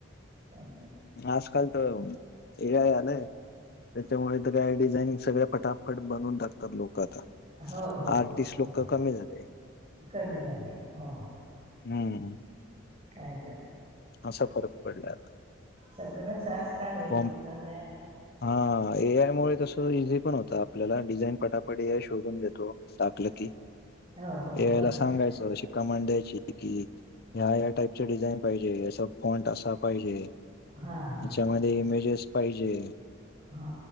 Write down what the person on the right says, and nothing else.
काच ना.
हो हो
हो
कमी झाले हो
काय तर
सगळं सास काल
ब नाही आता
हो हो
बरोबर
आहे.
हा
हा